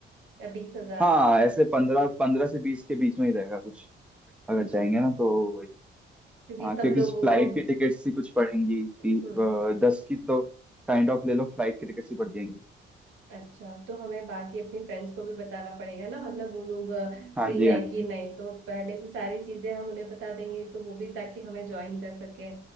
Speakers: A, on the right (about 85°); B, in the centre.
A: या बीस हजार
B: हाँ ऐसे पंद्रह पंद्रह से बीस के बीच में ही रहेगा कुछ
A: अच्छा
B: अगर जाएंगे ना तो वही
A: क्योंकि
B: हाँ क्योंकि
A: सब लोगों
B: फ्लाइट
A: को
B: की टिकट्स ही कुछ पड़ेंगी ती,
A: हम्म
B: अ, दस की तो काइंड ऑफ ले लो फ्लाइट की टिकट्स ही पड़ जाएंगी
A: अच्छा तो हमें बाकी अपने फ्रेंड्स को भी बताना पड़ेगा ना मतलब वो लोग
B: हाँ
A: फ्री
B: जी
A: हैं
B: हाँ जी
A: कि नहीं तो पहले से सारी चीजें हम उन्हें बता देंगे तो वो भी ताकि हमें ज्वाइन कर सके